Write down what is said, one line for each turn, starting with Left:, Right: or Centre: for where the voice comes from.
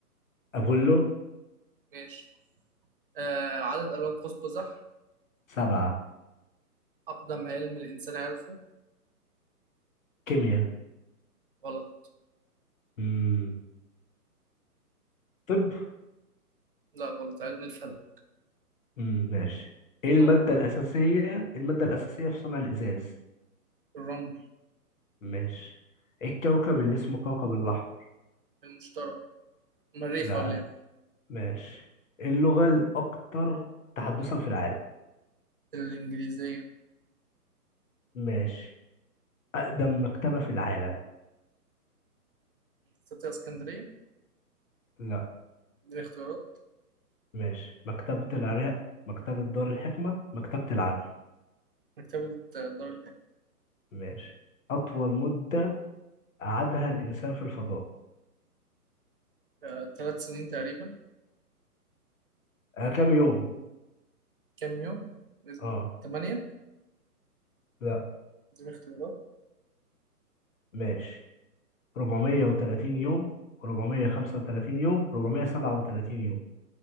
Left: أبولو
Right: ماشي آه، عدد ألوان قوس قزح
Left: سبعة
Right: أقدم علم الإنسان عرفه
Left: كيمياء
Right: غلط
Left: مم. طب
Right: لا غلط علم الفلك
Left: مم. ماشي ايه المادة
Right: دوره
Left: الأساسية المادة الأساسية في صنع الإزاز
Right: الرمل
Left: ماشي إيه الكوكب اللي اسمه كوكب الأحمر
Right: المشتري المريخ
Left: لا
Right: ولا إيه
Left: ماشي إيه اللغة الأكثر تحدثا في العالم
Right: الإنجليزية
Left: ماشي أقدم مكتبة في العالم
Right: فتاة اسكندرية
Left: لا
Right: دي اختيارات
Left: ماشي مكتبة العراق مكتبة دار الحكمة مكتبة العدل
Right: مكتبة دار
Left: ماشي أطول مدة قعدها الإنسان في الفضاء
Right: الحكاية ثلاث سنين تقريبا
Left: آه كام يوم
Right: كام يوم؟
Left: اه
Right: تمانية
Left: لا
Right: دي اختيارات
Left: ماشي 430 يوم 435 يوم 437 يوم